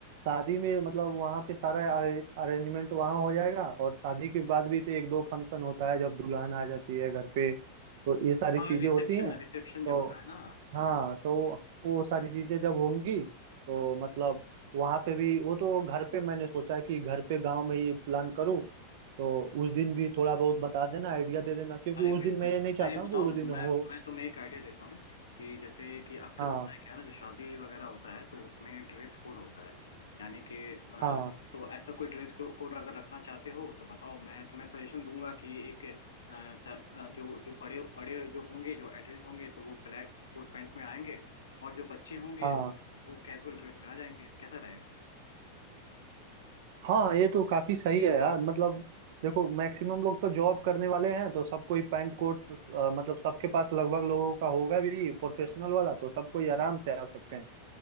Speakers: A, on the right; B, on the left.
A: शादी में मतलब वहाँ पे सारा अरेंजमेंट वहाँ हो जाएगा और शादी के बाद भी तो एक दो फंक्शन होता है जब दुल्हन आ जाती है घर पे तो ये सारी
B: और
A: चीजें
B: रिसेप्शन
A: होती हैं
B: रिसेप्शन
A: तो
B: जो होता है ना
A: हाँ
B: हाँ
A: तो वो सारी चीजें जब होंगी तो
B: हम्म।
A: मतलब वहां पे भी वो तो घर पे मैंने सोचा कि घर पे गांव में ही प्लान करूँ तो उस दिन भी थोड़ा बहुत बता देना आइडिया दे देना क्योंकि
B: अरे बिल्कुल
A: उस दिन मैं
B: अच्छा
A: ये नहीं चाहता
B: ये
A: हूँ
B: बताओ
A: कि उस दिन हो
B: मैं मैं तुम्हें एक आइडिया देता हूँ कि जैसे कि अक्सर
A: हाँ
B: होता है क्या है ना जो शादी वगैरह होता है तो उसमें ड्रेस कोड होता है यानी कि अ,
A: हाँ
B: तो ऐसा कोई ड्रेस कोड अगर रखना चाहते हो तो बताओ मैं तुम्हें सजेशन दूंगा कि एक अ, चा- अ, जो जो बड़े बड़े जो होंगे जो एडल्ट होंगे तो वो ब्लैक कोट पैंट में आएंगे और जो बच्चे होंगे
A: हाँ
B: वो, वो कैजुअल ड्रेस में आ जाएंगे कैसा रहेगा
A: हाँ ये तो काफी सही है यार मतलब देखो
B: हाँ,
A: मैक्सिमम लोग तो जॉब करने वाले हैं तो सबको ही पैंट
B: हाँ,
A: कोट अ, मतलब सबके पास लगभग लोगों का होगा भी प्रोफेशनल वाला तो सबको ही आराम से आ सकते हैं